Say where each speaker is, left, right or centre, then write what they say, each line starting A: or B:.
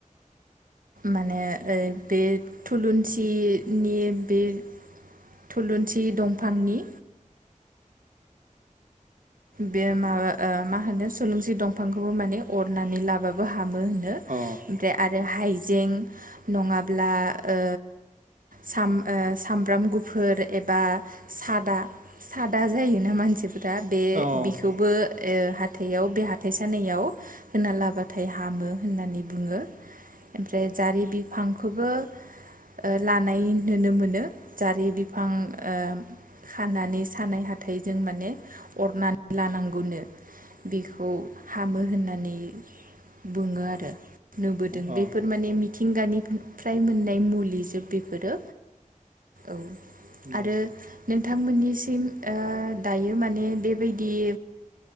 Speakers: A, on the right; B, on the right.
A: माने ओ बे थुलुंसिनि बे थुलुंसि दंफांनि बे मा ओ माहोनो सुलुंसि दंफांखौबो माने अरनानै लाबाबो हामो होनो
B: अ
A: ओमफ्राय आरो हाइजें नङाब्ला ओ साम ओ सामब्राम गुफुर एबा सादा सादा जायोना मानसिफोरा बे
B: अ औ
A: बिखौबो ओ हाथइाव बे हाथाय सानायाव होना लाबथाय हामो होननानै बुंङो ओमफ्राय जारि बिफांखोबो ओ लानाय नुनो मोनो जारि बिफां ओ खानानै सानाय हाथाइजों माने अरना लानांगौनो बेखौ हामो होननानै बुंङो आरो नुबोदों
B: औ
A: बेफोर माने मिथिंगानिफ्राय मोननाय मुलिजोब बेफोरो औ
B: नंगौ
A: आरो नोंथांमोननिसिम ओ दायो माने बेबाय दि